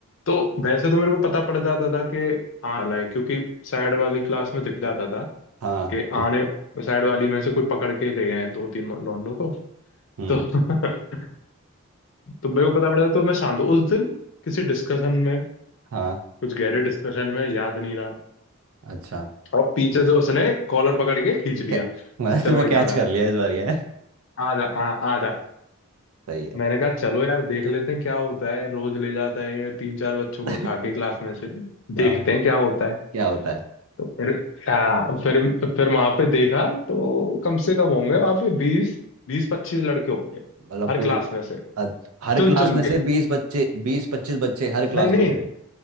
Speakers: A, on the left; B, on the right.
A: तो वैसे तो मेरे को पता पड़ जाता था कि आने वाला है क्योंकि साइड वाली क्लास में दिख जाता था
B: हाँ
A: कि आने साइड वाली में से कोई पकड़ के ले गए हैं दो तीन लोंडो को
B: हम्म
A: तो <laughs> तो मेरे को पता पड़ जाता तो मैं शांत हूँ उस दिन किसी डिस्कशन में
B: हाँ
A: कुछ गहरे डिस्कशन में याद नहीं रहा
B: अच्छा
A: और पीछे से उसने कॉलर पकड़ के खींच लिया
B: क्या मतलब
A: कि चल
B: तुम्हें
A: भाई
B: कैच
A: आजा
B: कर लिया इस बार ये
A: आजा हाँ आजा
B: सही है
A: मैंने कहा चलो यार देख लेते हैं क्या होता है रोज ले जाता है ये तीन चार बच्चों को
B: <laughs>
A: उठा के क्लास में से देखते
B: हाँ
A: हैं क्या होता है
B: क्या होता है
A: तो फिर हाँ फिर फिर वहां पे देखा तो कम से कम होंगे वहां पे बीस बीस पच्चीस लड़के होंगे
B: मतलब
A: हर
B: पूरी
A: क्लास में से
B: अद- हर
A: चुन
B: क्लास
A: चुन
B: में
A: के
B: से बीस बच्चे बीस पच्चीस बच्चे हर क्लास
A: नहीं नहीं
B: में से